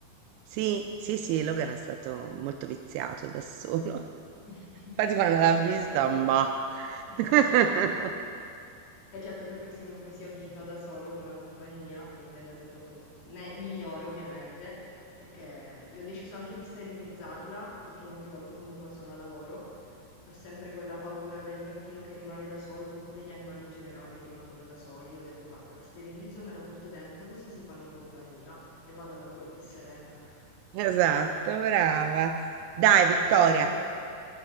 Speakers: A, on the right (about 85°); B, on the left (about 85°).
A: Sì, sì, sì, Logan è stato molto viziato da solo. <laughs>
B: <laughs>
A: Infatti quando
B: No,
A: l'ha
B: fortunatamente
A: vista,
B: io
A: bah.
B: <laughs>
A: <laughs>
B: eh certo, perché se uno poi si abitua da solo con la compagnia, poi diventa tutto un po' me- migliore ovviamente, perché io ho deciso anche di sterilizzarla, perché molte volte comunque sono a lavoro e ho sempre quella paura del gattino che rimane da solo, comunque degli animali in generale che rimangono da soli. Ho detto, guarda, la sterilizzo, me la porto dentro così si fanno compagnia e vado a lavoro più serena.
A: Esatto,
B: Quindi,
A: brava. Dai,
B: eh,
A: Vittoria.
B: sono una persona...